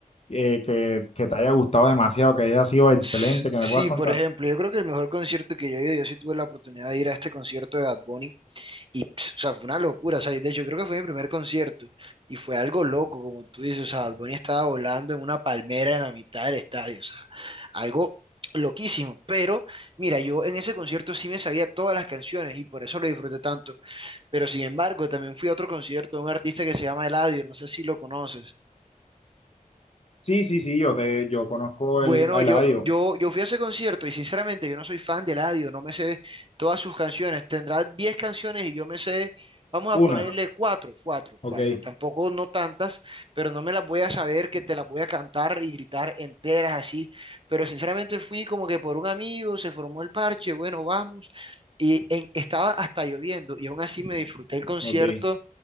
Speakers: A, on the left; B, on the right.
A: eh, que, que te haya gustado demasiado, que haya sido excelente,
B: S-
A: que me
B: Sí,
A: puedas contar?
B: por ejemplo, yo creo que el mejor concierto que yo he ido, yo sí tuve la oportunidad de ir a este concierto de Bad Bunny Y, pss, o sea, fue una locura, o sea, de hecho creo que fue mi primer concierto y fue algo loco, como tú dices, o sea, Bad Bunny estaba volando en una palmera en la mitad del estadio, o sea, algo loquísimo, pero mira, yo en ese concierto sí me sabía todas las canciones y por eso lo disfruté tanto, pero sin embargo también fui a otro concierto de un artista que se llama Eladio, no sé si lo conoces.
A: Sí, sí, sí, yo te, yo conozco
B: Bueno,
A: el a Eladio.
B: yo, yo, yo fui a ese concierto y sinceramente yo no soy fan de Eladio, no me sé todas sus canciones. Tendrá 10 canciones y yo me sé, vamos a ponerle
A: Una.
B: cuatro, cuatro,
A: Ok,
B: cuatro. Tampoco no tantas, pero no me las voy a saber que te las voy a cantar y gritar enteras así. Pero sinceramente fui como que por un amigo, se formó el parche, bueno, vamos. Y en- estaba hasta lloviendo y aún así me disfruté el concierto
A: ok,